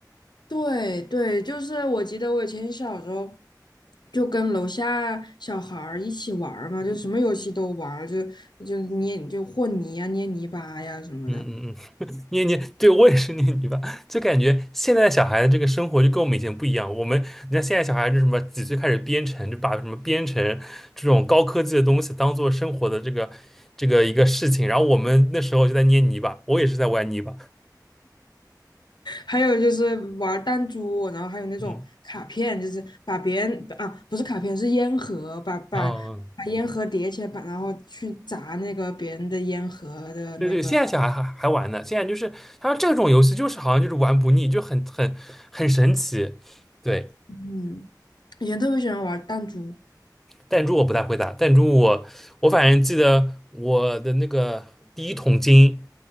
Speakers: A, on the left (about 80°); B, in the centre.
A: 对对，就是我记得我以前小时候就跟楼下小孩儿一起玩儿嘛，就什么游戏都玩儿，就就捏就和泥啊、捏泥巴呀什么的，
B: 嗯嗯嗯，<laughs> 捏捏，对我也是捏泥巴，就感觉现在小孩的这个生活就跟我们以前不一样。我们，你看现在小孩就什么几岁开始编程，就把什么编程这种高科技的东西当做生活的这个这个一个事情，然后我们那时候就在捏泥巴，我也是在玩泥巴。
A: 还有就是玩儿弹珠，然后还有那种卡片，
B: 嗯，
A: 就是把别人啊不是卡片是烟盒，把把把烟盒叠起来，
B: 哦，
A: 把然后去砸那个别人的烟盒的那个，
B: 对对，现在小孩还还玩呢，现在就是他说这种游戏就是好像就是玩不腻，就很很很神奇。对，
A: 嗯，以前特别喜欢玩儿弹珠。
B: 弹珠我不太会打，弹珠我我反正记得我的那个第一桶金，